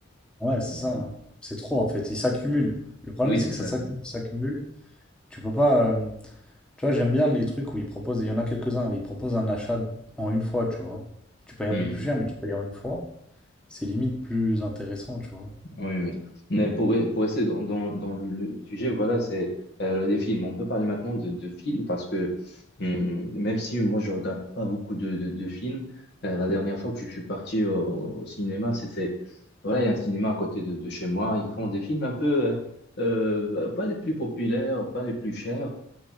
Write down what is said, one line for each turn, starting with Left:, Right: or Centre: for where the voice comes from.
Centre: Ouais, c'est
Left: Voilà.
Centre: ça. hein. C'est trop en fait. Il s'accumule. Le problème,
Left: Oui,
Centre: c'est
Left: c'est
Centre: que
Left: ça.
Centre: ça s'accumule, s'accumule. Tu peux pas. euh, Tu vois, j'aime bien les trucs où ils proposent, il y en a quelques-uns où ils proposent un achat en une fois, tu vois. Tu payes un
Left: Mm,
Centre: peu plus cher, mais tu payes en une fois. C'est limite plus intéressant, tu vois.
Left: Oui, oui. Mais pour, e-, pour rester dans, dans, dans le sujet, voilà, c'est euh, les films. On peut parler maintenant de, de films parce que hum, même si moi je regarde pas beaucoup de, de, de films, euh, la dernière fois que je suis parti au, au cinéma, c'était, voilà, il y a un cinéma à côté de, de chez moi. Ils font des films un peu, euh, euh, pas les plus populaires, pas les plus chers.